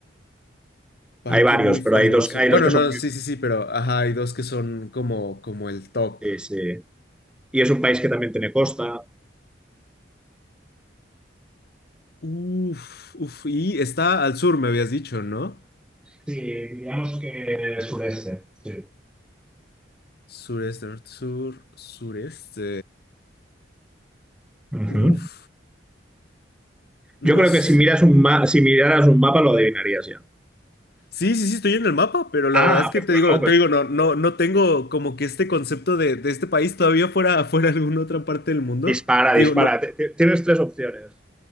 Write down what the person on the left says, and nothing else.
Parque
muy
famoso.
Bueno,
no,
sí, sí, sí, pero ajá, hay dos que son como, como el top.
Uf, uf, y está al sur, me habías dicho, ¿no?
Sureste, norte, sur, sureste.
Uf, no.
s-
Sí, sí, sí, estoy en el mapa, pero la
verdad es que
te
digo,
te digo, no, no, no tengo como que este concepto de, de este país todavía fuera, <laughs> fuera alguna otra parte del mundo.
Te
digo, no.